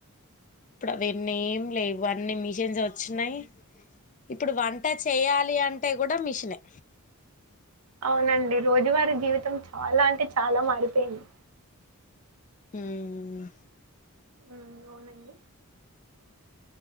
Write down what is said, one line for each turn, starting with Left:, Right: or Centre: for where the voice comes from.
Left: ఇప్పుడు అవన్నీ ఏం లేవు అన్ని మిషన్స్ వచ్చినయి ఇప్పుడు వంట చేయాలి అంటే కూడా మిషనె
Right: అవునండి రోజువారి జీవితం చాలా అంటే చాలా మారిపోయింది.
Left: ఉమ్.
Right: హ్మ్ అవునండి